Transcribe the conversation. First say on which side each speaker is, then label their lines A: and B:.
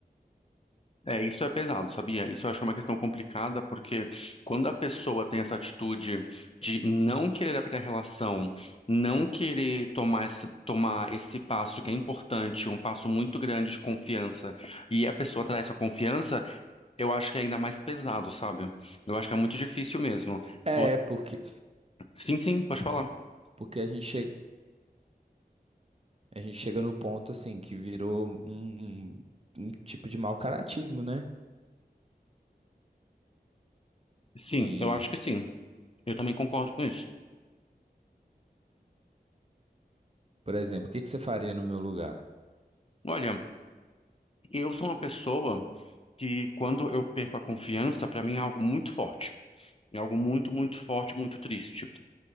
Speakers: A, on the left; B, on the right.
A: É, isso é pesado, sabia? Isso eu acho que é uma questão complicada, porque quando a pessoa tem essa atitude de não querer abrir a relação, não querer tomar esse, tomar esse passo que é importante, um passo muito grande de confiança, e a pessoa traz essa confiança, eu acho que é ainda mais pesado, sabe? Eu acho que é muito difícil mesmo.
B: É,
A: Vou-
B: porque,
A: Sim, sim, pode falar.
B: porque a gente chega, a gente chega no ponto, assim, que virou um, um um tipo de mau caratismo, né?
A: Sim,
B: E.
A: eu acho que sim. Eu também concordo com isso.
B: Por exemplo, o que que você faria no meu lugar?
A: Olha, eu sou uma pessoa que quando eu perco a confiança, para mim é algo muito forte. É algo muito, muito forte, muito triste.